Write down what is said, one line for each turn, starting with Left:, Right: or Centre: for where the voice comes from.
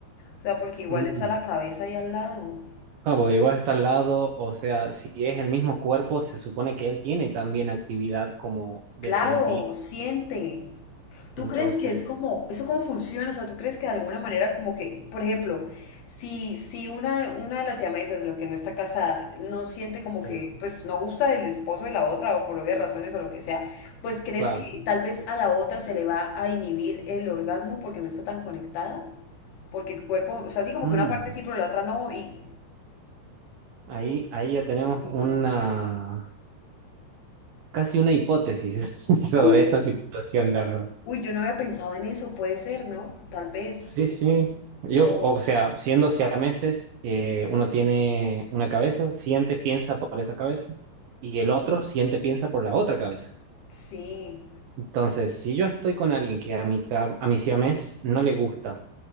Left: O sea, porque igual
Right: Mm.
Left: está la cabeza ahí al lado.
Right: Ah, porque igual está al lado, o sea, si es el mismo cuerpo, se supone que él tiene también actividad como de
Left: Claro,
Right: sentir.
Left: siente. ¿Tú
Right: Entonces,
Left: crees que es como, eso cómo funciona? O sea, ¿tú crees que de alguna manera como que, por ejemplo, si, si una, una de las siamesas, las que no está casada, no siente como
Right: sí,
Left: que, pues no gusta del esposo de la otra o por obvias razones o lo que sea, pues crees
Right: claro.
Left: que tal vez a la otra se le va a inhibir el orgasmo porque no está tan conectada? Porque el cuerpo, o sea, así como
Right: Mm.
Left: que una parte sí, pero la otra no, y...
Right: Ahí, ahí ya tenemos
Left: y-
Right: una casi una hipótesis <laughs> sobre
Left: uf,
Right: esta situación, la verdad.
Left: uy, yo no había pensado en eso, puede ser, ¿no? Tal vez.
Right: Sí, sí. Yo,
Left: O
Right: o sea, siendo siameses, eh, uno tiene una cabeza, siente, piensa por esa cabeza, y el otro siente, piensa por la otra cabeza.
Left: sí.
Right: Entonces, si yo estoy con alguien que a mi, ca- a mi siamés no le gusta,